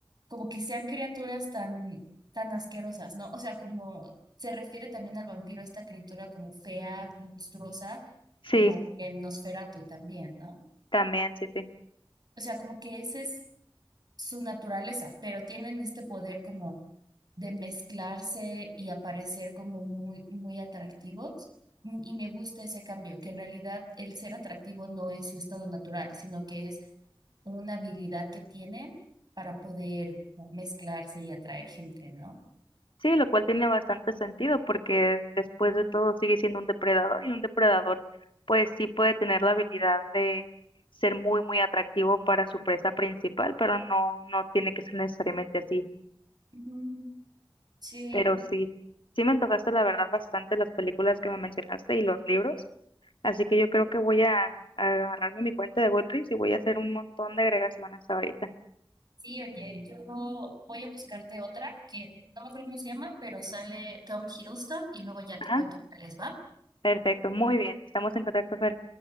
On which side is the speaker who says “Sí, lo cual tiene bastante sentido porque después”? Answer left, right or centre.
Left